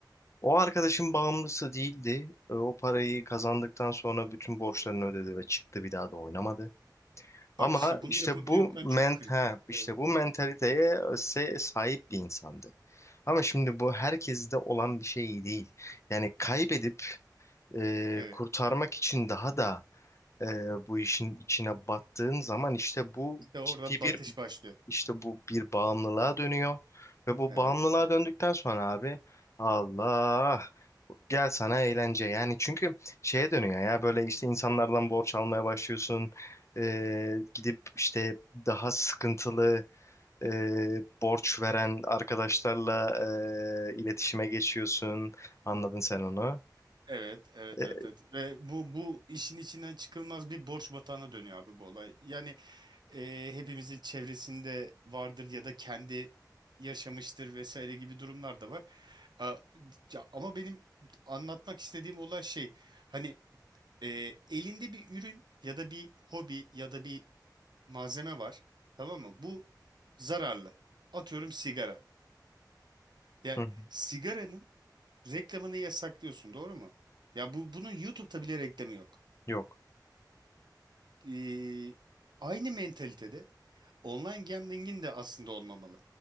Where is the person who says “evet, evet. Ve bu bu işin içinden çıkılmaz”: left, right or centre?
Right